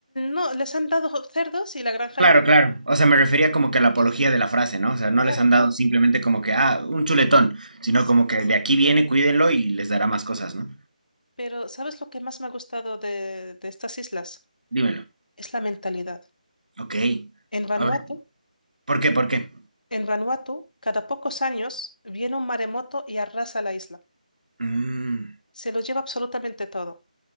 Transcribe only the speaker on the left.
No, les han dado cerdos y la granja
de cerdos.
Sí,
Claro,
claro.
Sí.
Pero ¿sabes lo que más me ha gustado de, de estas islas?
Es la mentalidad.
En Vanuatu,
en Vanuatu, cada pocos años viene un maremoto y arrasa la isla.
Se lo lleva absolutamente todo.